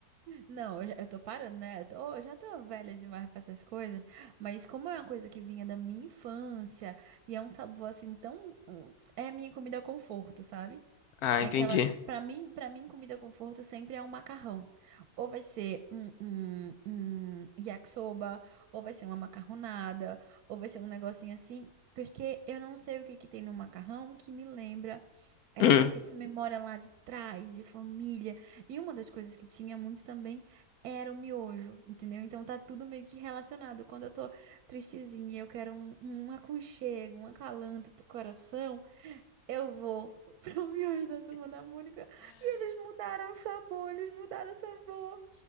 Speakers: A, on the right; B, on the left.
A: Não, eu, já, eu tô parando, né? Eu tô, eu já tô velha demais pra essas coisas. Mas como é uma coisa que vinha da minha infância, e é um sabor assim tão. hum, É a minha comida conforto, sabe?
B: Ah,
A: Aquela,
B: entendi.
A: para mim, para mim, comida conforto sempre é um macarrão. Ou vai ser um, um, um yakisoba, ou vai ser uma macarronada, ou vai ser um negocinho assim, porque eu não sei o que que tem no macarrão que me lembra esse,
B: Hum.
A: essa memória lá de trás, de família. E uma das coisas que tinha muito também era o miojo, entendeu? Então tá tudo meio que relacionado. Quando eu tô tristezinha, eu quero um, um aconchego, um acalanto pro coração. Eu vou pro miojo da Turma da Mônica. E eles mudaram o sabor, eles mudaram o sabor.